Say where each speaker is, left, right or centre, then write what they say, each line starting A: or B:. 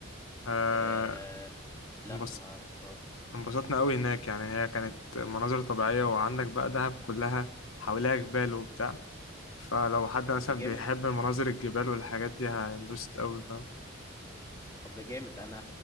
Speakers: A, on the left; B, on the left.
A: آه،
B: آه... لا
A: انبسط
B: ما رحتها
A: انبسطنا قوي هناك يعني هي كانت
B: مم.
A: مناظر طبيعيه وعندك بقى دهب كلها حواليها جبال وبتاع فلو حد
B: طب
A: مثلا
B: ده جامد
A: بيحب
B: ده
A: المناظر الجبال والحاجات دي هينبسط قوي
B: طب ده جامد انا